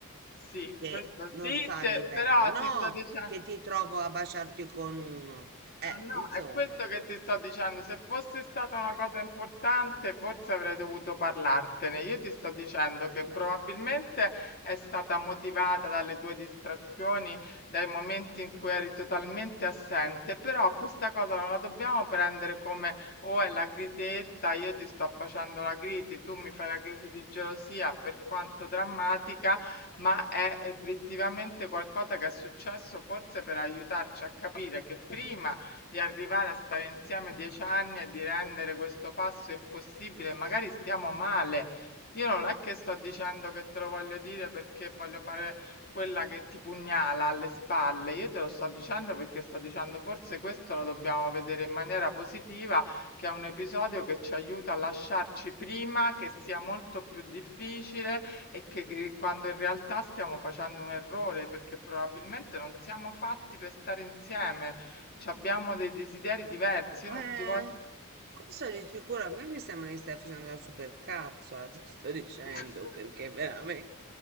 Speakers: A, on the left (about 45°); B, on the right (about 45°).
A: Sì,
B: che
A: questo
B: non
A: sì,
B: stavi
A: se-
B: bene,
A: però
B: no
A: ti sto dicendo.
B: che ti trovo a baciarti con uno. Eh,
A: Ah no,
B: insomma,
A: è questo che ti sto dicendo. Se fosse stata una
B: eh,
A: cosa importante, forse avrei dovuto parlartene. Io ti sto dicendo che
B: eh,
A: probabilmente
B: beh.
A: è stata motivata dalle tue distrazioni, dai momenti in cui eri totalmente assente, però questa cosa non la dobbiamo prendere come o è la crisetta, io ti sto facendo la crisi, tu mi fai la crisi di gelosia, per quanto drammatica, ma è effettivamente qualcosa che è successo forse per aiutarci a capire che prima di arrivare a stare insieme 10 anni e di rendere questo passo impossibile, magari stiamo male. Io non è che sto dicendo che te lo voglio dire perché voglio fare quella che ti pugnala alle spalle, io te lo sto dicendo perché sto dicendo forse questo lo dobbiamo vedere in maniera positiva, che è un episodio che ci aiuta a lasciarci prima, che sia molto più difficile e che, che quando in realtà stiamo facendo un errore perché probabilmente non siamo fatti per stare insieme, C'abbiamo dei desideri diversi,
B: No,
A: io non
B: Eh,
A: ti voglio...
B: questo di sicuro a me mi sembra che stai facendo la supercazzola, <laughs> ti sto dicendo,
A: <laughs>
B: perché veramente,